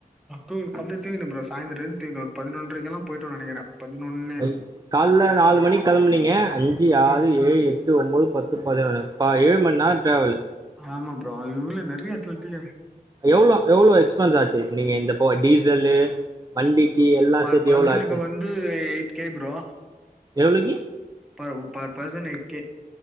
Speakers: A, in the centre; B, on the right (about 25°).
A: தூங்கிட்டே ப்ரோ சாய்ந்தர எந்துட்டு ப்ரோ பதினொன்றரைக்கெல்லா போயிட்டோ நெனக்கிறே பதினொன்
B: பை கால்ல நாலு மணிக் கெலம்புனீங்க அஞ்சு ஆறு
A: ம்
B: ஏழு எட்டு ஒம்போது பத் பத்து பதுனொன்னு ப ஏழு மன்னேரொ ட்ராவலு
A: ஆமா ப்ரோ அதுலுள்ள நெறைய்ய எடத்துல <unintelligible>
B: எவ்ளோ எவ்ளோ எக்ஸ்பென்ஸ் ஆச்சு நீங்க இந்தப்போ டீசல்லு வண்டிக்கி எல்லா
A: பர்
B: சேத்து
A: பர்சனுக்கு
B: எவ்ளோ ஆச்சு
A: வந்து எய்ட் கே ப்ரோ
B: எவ்ளோக்கி
A: ப ஒ பர் பர்சன் எய்ட் கே